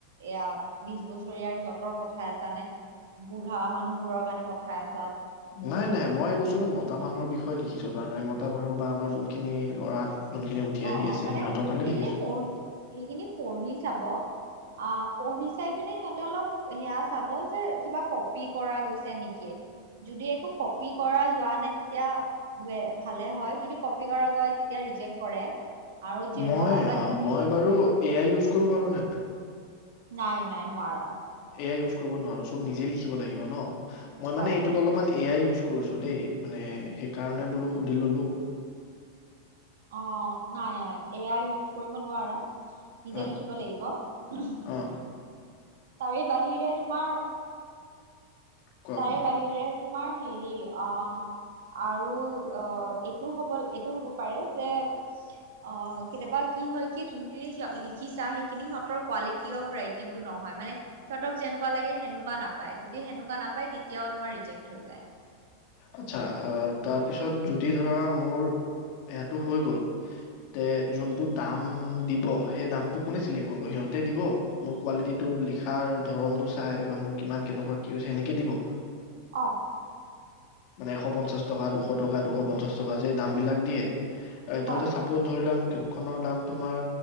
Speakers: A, on the right; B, on the left.
A: এয়া বিশ বছৰীয়া সিহঁতৰ পঠাই আছ নে বুঢ়া মানুহবোৰৰ কাৰণে পঠাই আছ
B: নাই নাই মই এই বস্তুটো মতা মানুহৰ বিষয়ে লিখিছো তাৰ মানে মতা বাৰো বা আমাৰ যোনখিনি ল'ৰা যোনখিনি উঠি
A: অ
B: আহি আছে
A: অ মানে
B: সিহঁতৰ কাৰণে
A: সেইখিনি
B: লিখিছো।
A: পঢ়ি সেইখিনি পঢ়ি চাব আহ পঢ়ি চাই পিনে সিহঁতে অলপ সেয়া চাব যে কিবা কপি কৰা গৈছে নেকি যদি একো কপি কৰা যোৱা নাই তেতিয়া যে ভালে হয় যদি কপি কৰাগৈ তেতিয়া ৰিজেক্ট কৰে। আৰু যে
B: মই
A: নহয় বা
B: আ
A: যদি
B: মই বাৰু এ আই ইউছ কৰিব পাৰো নে নাই?
A: নাই নাই নোৱাৰা।
B: এয়া ইউজ কৰিব নোৱাৰোঁ চব নিজেই লিখিব লাগিব ন। মই
A: হয়
B: মানে এইটোত অলপমান এ য়াই ইউজ কৰিছো দেই, মানে সেইকাৰণে বোলো সুধি ললো।
A: অ নাই নাই এ আই ইউজ কৰিব নোৱাৰা। নিজে
B: অ
A: লিখিব লাগিব উহো,
B: অ
A: তাৰে বাহিৰে তোমাৰ
B: কোৱা
A: তাৰে
B: কোৱা
A: বাহিৰে তোমাৰ হেৰি অঁ আৰু অ এইটো হব এইটো হ'ব পাৰে যে অ কেতিয়াবা কি হয় কি যোনখিনি লিখিছা সেইখিনি সিহঁতৰ কোৱালিটি অফ ৰাইটিংটো নহয় মানে সিহঁতক যেনেকুৱা লাগে সেনেকুৱা নাপায়। যদি সেনেকুৱা নাপ পায় তেতিয়াও তোমাৰ ৰিজেক্ত হৈ যায়।
B: আচ্ছা অ তাৰপিছত যদি ধৰা মোৰ সেইটো হৈ গল, তে যোনটো দাম দিব সেই দামটো কোনে চিলেক কৰিব? সিহঁতে দিব মোৰ কোৱালিটিটো লিখাৰ ধৰণটো চাই বা মোৰ কিমান কেনেকুৱা কি হৈছে সেনেকে দিব?
A: অ।
B: মানে এশ পঞ্চাশ টকা, দুশ টকা, দুশ পঞ্চাশ টকা যে দাম বিলাক দিয়ে এ তহতে
A: হয়
B: চাপোজ ধৰি লোৱা মোক কিতাপ খনৰ দাম তোমাৰ